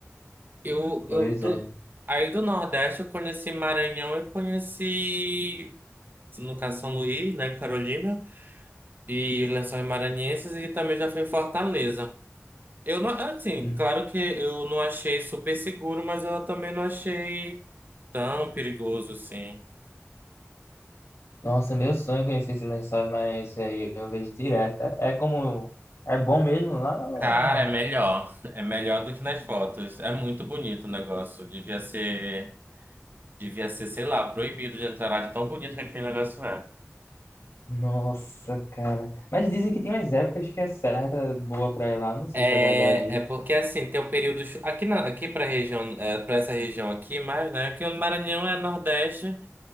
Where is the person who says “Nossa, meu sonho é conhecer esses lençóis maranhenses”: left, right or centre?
Left